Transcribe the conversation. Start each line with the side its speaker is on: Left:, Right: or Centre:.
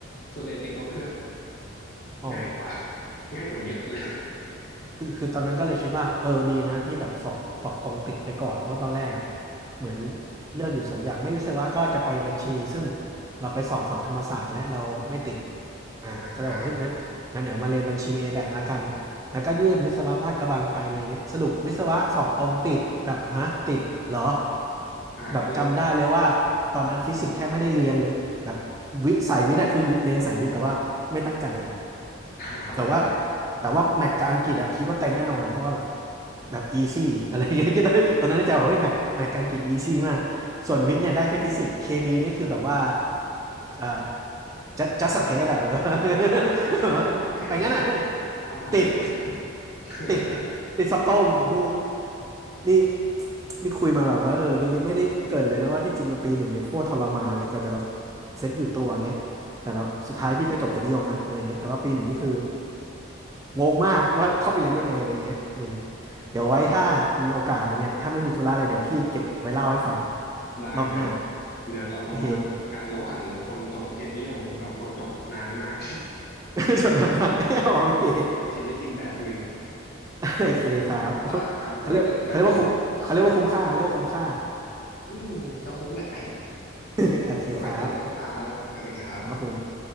Left: ส่วนใหญ่ติดรถเพื่อน
Right: อ๋อ
Left: ง่ายกว่าง่ายกว่าเยอะเลย
Right: คือคือตอนนั้นก็เลยคิดว่าเออดีนะที่แบบสอบสอบตรงติดไปก่อนเพราะตอนแรกอ่ะเหมือนเลือกอยู่สองอย่างไม่วิศวะก็จะไปบัญชีซึ่งเราไปสอบฝั่งธรรมศาสตร์และเราไม่ติดอ่าก็เลยบอกเฮ้ยงั้นงั้นเดี๋ยวมาเรียนบัญชี
Left: อ่า
Right: A-BAC ละกันแล้วก็ยื่นวิศวะลาดกระบังไปอะไรเงี้ยสรุปวิศวะสอบตรงติดแบบฮะติดเหรอ
Left: อ่าก็เลย
Right: แบบจำได้เลยว่าตอนนั้นฟิสิกส์แทบไม่ได้เรียนเลยแบบวิสายวิทย์อะคือเรียนสายวิทย์แต่ว่าไม่ตั้งใจ
Left: อ่าเข้าใจได้
Right: แต่ว่าแต่ว่าแมตช์กับอังกฤษอะคิดว่าเต็มแน่นอนเพราะว่าแบบแบบอีซี่อะไรอย่างเงี้ย <laughs> คิดได้ตอนนั้นจะบอกว่าแมตช์แมตช์กับอังกฤษอีซี่มากส่วนวิทย์เนี่ยได้แค่ฟิสิกส์เคมีนี่คือแบบว่าเอ่อจัจัสเทสอะแบบว่า <laughs>
Left: อ่า <laughs> อ่าอ่าโอเค
Right: แบบว่าไปงั้นอะ
Left: ทำทำไปเถอะ
Right: ติด
Left: <laughs>
Right: ติดติดสตองโหนี่นี่คุยมาแบบว่าเออเนี่ยยังไม่ได้เกรินเลยนะว่าที่จริงกับปีหนึ่งเนี่ยโคตรทรมานเลยกว่าจะแบบเซตอยู่ตัวเงี้ยแต่แบบสุดท้ายพี่ก็จบเกียรตินิยมนะอะไรเงี้ยแต่ว่าปีหนึ่งนี่คือ
Left: โห
Right: งงมากว่าเข้าไปเรียนได้ไงอะไรอย่างเงี้ยเออเดี๋ยวไว้ถ้ามีโอกาสเลยเนี่ยถ้าไม่มีธุระอะไรเดี๋ยวพี่เก็บไว้เล่าให้ฟัง
Left: เดี๋ยวไว้ได้เลย
Right: รอบหน้า
Left: เดี๋ยวเราจะมาหวดกันระหว่างคนจบเกียรตินิยมกับคนจบนานมาก
Right: โอเค <laughs> สนทนามาก <laughs> โอเค
Left: <laughs> จะเป็นชีวิตอีกแบบหนึ่ง
Right: โอเคครับ
Left: ได้ครับ
Right: เขาเรียกเขาเรียกว่าคุ้มเขาเรียกว่าคุ้มค่าเขาเรียกว่าคุ้มค่า
Left: ไว้เจอกันอืมก็คุ้มแหละ
Right: <laughs> โอเคครับ
Left: เดี๋ยวไว้เจอกันครับสวัสดีครับ
Right: ครับผม